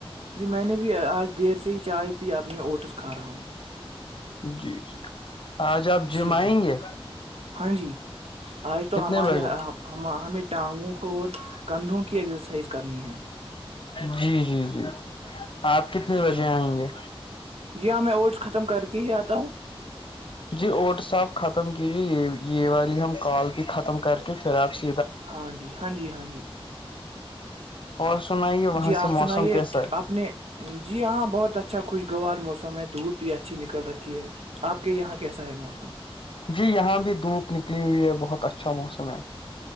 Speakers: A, on the right (about 85°); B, on the left (about 55°).
A: جی میں نے بھی آج دیر سے ہی چائے پی اب میں اوٹس کھا رہا ہوں
B: جی جی آج آپ جم
A: جی ہاں
B: آئیں گے
A: ہاں جی آج تو
B: کتنے
A: ہم
B: بجے
A: ہمیں ٹانگوں کو اور کندھوں کی ایکسرسائز کرنی ہے
B: جی جی جی آپ کتنے
A: جی
B: بجے
A: ہاں
B: آئیں گے
A: جی ہاں میں اٹس ختم کر کے ہی آتا ہوں
B: اوٹس آپ ختم کیی جی یہ یہ والی ہم کال بھی ختم کر کے پھر آپ سے
A: ہاں جی ہاں جی ہاں جی
B: اور سنائیے وہاں
A: جی
B: سے
A: آپ
B: موسم
A: سنائیے
B: کیسا ہے
A: آپ نے جی ہاں بہت اچھا خوشگوار موسم ہے دھوپ بھی اچھی نکل رکھی ہے آپ کے یہاں کیسا ہے موسم
B: جی یہاں بھی دھوپ نکلی ہوئی ہے بہت اچھا موسم ہے